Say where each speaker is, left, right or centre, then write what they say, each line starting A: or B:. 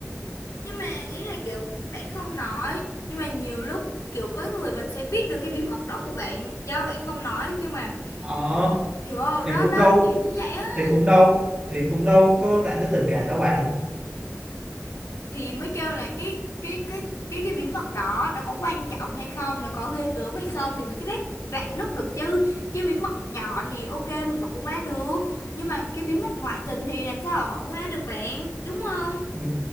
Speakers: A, on the left; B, on the right.
A: nhưng mà ý là kiểu bạn không nói nhưng mà nhiều lúc kiểu có người vẫn sẽ biết được cái bí mật đó của bạn do bạn không nói nhưng mà
B: Ờ,
A: hiểu không
B: thì
A: đó
B: cũng
A: nó
B: đâu,
A: kiểu như vậy á
B: thì cũng đâu, thì cũng đâu có rạn nứt tình cảm đâu bạn.
A: thì mới kêu là cái cái cái cái cái bí mật đó nó có quan trọng hay không nó có ghê gớm hay không thì mới cái rạn rạn nứt được chứ chứ bí mật nhỏ thì ok mình bỏ qua được nhưng mà cái bí mật ngoại tình thì làm sao mà bỏ qua được bạn đúng không
B: Ừ,